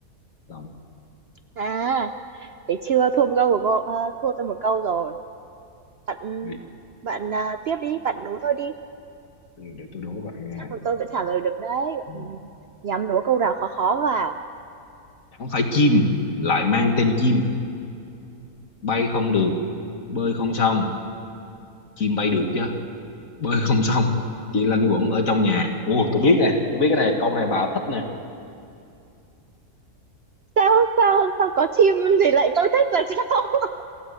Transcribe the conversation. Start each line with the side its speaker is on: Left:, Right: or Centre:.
Left: lòng
Right: à thế chưa thua một câu của cô ờ, thua tôi một câu rồi bạn
Left: để,
Right: bạn à, tiếp đi bạn đố tôi đi
Left: để tôi đố bạn nha
Right: chắc là tôi vẫn trả lời được đấy
Left: ừ.
Right: Ừ, nhắm đố câu nào khó khó vào
Left: không phải chim lại mang tên chim bay không được bơi không xong chim bay được chứ bơi không xong chỉ lanh quẩn ở trong nhà ồ tôi biết nè tôi biết cái này câu này bà thích nè
Right: sao sao sao có chim thì lại tôi thích là sao <laughs>